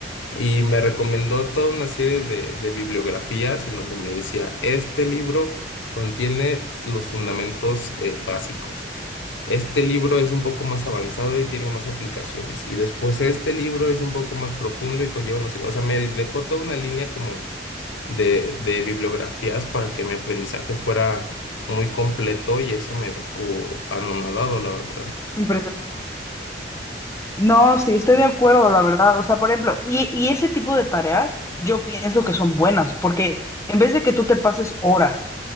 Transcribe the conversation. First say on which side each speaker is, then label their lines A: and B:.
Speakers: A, on the left (about 80°); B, on the left (about 15°).
A: y me recomendó toda una serie de, de bibliografías en donde me decía, este libro contiene los fundamentos eh, básicos. Este libro es un poco más avanzado y tiene más aplicaciones. Y después este libro es un poco más profundo y conlleva, no sé, o sea, me dejó toda una línea como de, de bibliografías para que mi aprendizaje fuera muy completo y eso me dejó anonadado, la verdad.
B: impresionado. No, sí, estoy de acuerdo, la verdad. O sea, por ejemplo, y, y ese tipo de tareas yo pienso que son buenas, porque en vez de que tú te pases horas